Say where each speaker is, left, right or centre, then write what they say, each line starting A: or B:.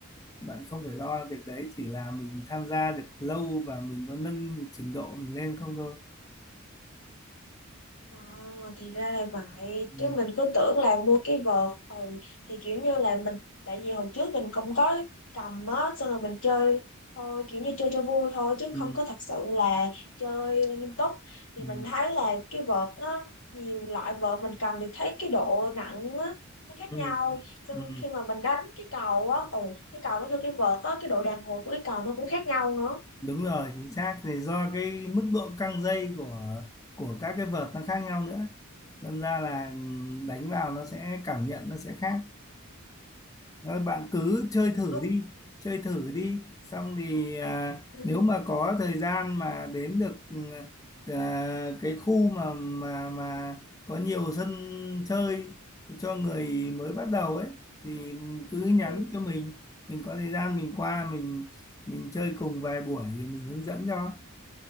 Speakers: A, on the left (about 15°); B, on the left (about 75°).
A: bạn không phải lo việc đấy chỉ là mình tham gia được lâu và mình có nâng được trình độ mình lên không thôi
B: À, thì ra là vậy
A: ừ,
B: chứ mình cứ tưởng là mua cái vợt ừ, thì kiểu như là mình tại vì hồi trước mình cũng có cầm á xong rồi mình chơi thôi kiểu như chơi cho vui thôi chứ
A: ừ,
B: không có thật sự là chơi nghiêm túc thì
A: ừ,
B: mình thấy là cái vợt nó nhiều loại vợt mình cầm thì thấy cái độ nặng á nó khác
A: ừ,
B: nhau xong
A: ừ. ừ.
B: khi mà mình đánh cái cầu á ừ, cái cầu nó cho cái vợt á cái độ đàn hồi của cái cầu nó cũng khác nhau nữa
A: đúng rồi chính xác thì do cái mức độ căng dây của của các cái vợt nó khác nhau nữa đâm ra là ừ,
B: Ừ,
A: đánh vào nó sẽ cảm nhận nó sẽ khác Thôi bạn cứ chơi thử
B: nghiêm túc
A: đi chơi thử đi xong thì à,
B: <laughs>
A: nếu mà có thời gian mà đến được ừ, à, cái khu mà mà mà có nhiều sân chơi cho người mới bắt đầu ấy thì cứ nhắn
B: ừ.
A: cho mình mình có thời gian mình qua mình mình chơi cùng vài buổi thì mình hướng dẫn cho